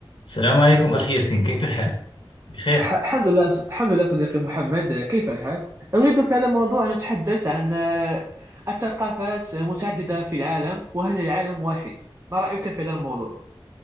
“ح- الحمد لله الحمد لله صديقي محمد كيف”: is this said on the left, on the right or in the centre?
Right